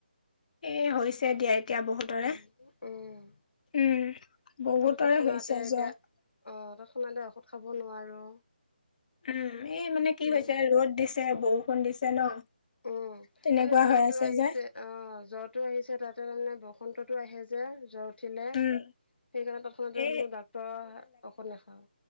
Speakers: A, on the left (about 45°); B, on the left (about 80°).
A: এ হৈছে দিয়া এতিয়া বহু তৰে
B: উম উম
A: উম বহুতৰে
B: তৎক্ষণাতে
A: হৈছে
B: এতিয়া
A: জ্বৰ।
B: অ তত খনতে ঔষধ খাব নোৱাৰো।
A: উম এই মানে কি
B: উম
A: হৈছে ৰ'দ দিছে বৰষুণ দিছে ন।
B: উম
A: তেনেকুৱা
B: মানে জ্বৰতো
A: হৈ আছে
B: আহিছে।
A: যে
B: অ জ্বৰটো আহিছে তাতে তামানে বসন্ততো আহে যে জ্বৰ উঠিলে সেইকাৰণে
A: উম
B: তৎক্ষণতে
A: এই
B: বোলো ডাক্তৰৰ ঔষধ নেখাওঁ।